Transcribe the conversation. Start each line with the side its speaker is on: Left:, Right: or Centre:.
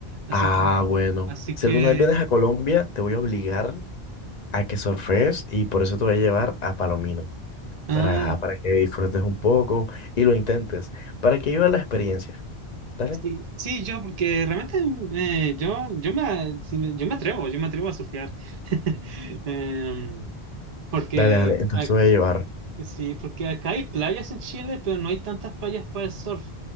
Right: Así
Left: Ah,
Right: que, mm,
Left: bueno.
Right: así
Left: Si
Right: que,
Left: alguna vez vienes a Colombia, te voy a obligar a que surfees y por eso te voy a llevar a Palomino.
Right: ah,
Left: para, ajá, para que disfrutes un poco y lo intentes, para que vivas la experiencia. Dale,
Right: sí, sí, yo, porque realmente eh, yo, yo me, sí me- yo me atrevo, yo me atrevo a surfear, <laughs> Em, porque
Left: dale, dale, entonces
Right: eh,
Left: te voy a llevar.
Right: Sí, porque acá hay playas en Chile, pero no hay tantas playas para el surf.